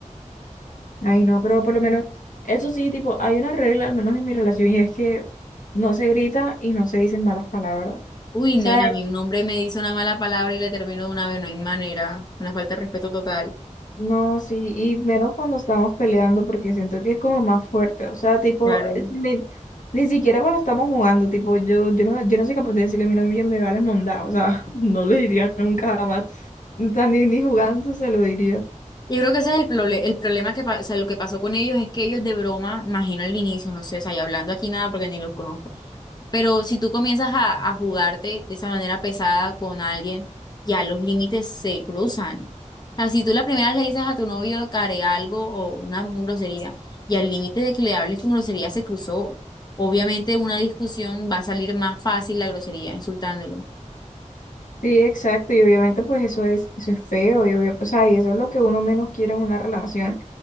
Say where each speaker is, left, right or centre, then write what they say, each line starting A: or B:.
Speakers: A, on the left (about 80°); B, on the left (about 30°).
A: Ay, no, pero por lo menos, eso sí, tipo, hay una regla, al menos en mi relación, y es que no se grita y no se dicen malas palabras. O
B: Uy,
A: sea,
B: nena, a mí un hombre me dice una mala palabra y le termino de una vez, no hay manera, una falta de respeto total.
A: no, sí, y menos cuando estamos peleando, porque siento que es como más fuerte. O sea, tipo,
B: Claro.
A: es- ni, ni siquiera cuando estamos jugando, tipo, yo, yo no, yo no soy capaz de decirle a mi novia me vale mondá. O sea, <laughs> no le diría nunca jamás. O sea, ni, ni jugando se lo diría.
B: Yo creo que ese es el, prole- el problema que, pa- o sea, lo que pasó con ellos es que ellos de broma, imagino al inicio, no sé, o sea, y hablando aquí nada porque ni los conozco, Pero si tú comienzas a, a jugarte de esa manera pesada con alguien, ya los límites se cruzan. O sea, si tú la primera vez le dices a tu novio que haré algo o una grosería, y al límite de que le hables con grosería se cruzó. Obviamente una discusión va a salir más fácil la grosería, insultándolo.
A: Sí, exacto, y obviamente pues eso es, eso es feo, y obvio, o sea, y eso es lo que uno menos quiere en una relación.